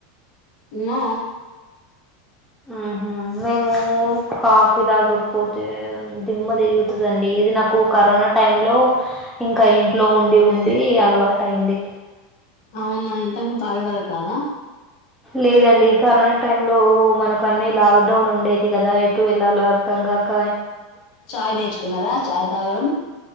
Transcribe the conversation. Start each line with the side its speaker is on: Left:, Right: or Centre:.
Left: న
Centre: ఉహ మేము కాఫీ తాగకపోతే దిమ్మ తిరుగుతుందండి ఇది నాకు కరోనా టైమ్ లో ఇంకా ఇంట్లో ఉండి ఉండి అలవాటు అయింది
Left: అవునా ఇంతకుముందు తాగేవాళ్ళ కాదా
Centre: లేదండి కరోనా టైంలో మనకు అన్నీ లాక్డౌన్ ఉండేది కదా ఎటు వెళ్ళాల అర్థంగాక
Left: చాయ్ నేర్చుకున్నారా చాయ్ తాగడం